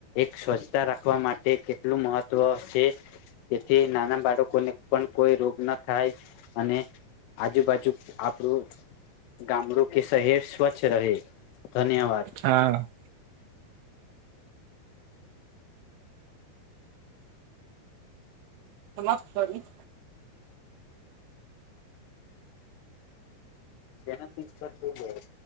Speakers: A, on the left; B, on the right.
A: સ્વચ્છતા રાખવા માટે કેટલું મહત્વ છે. તેથી નાના બાળકો ને પણ કોઈ રોગ ના થાય અને આજુબાજુ આપણું ગામડું કે શહેર સ્વચ્છ રહે ધન્યવાદ.
B: હા. સમસ્રી. <inaudible>
A: તેને ત ચ્છા થવ. <inaudible>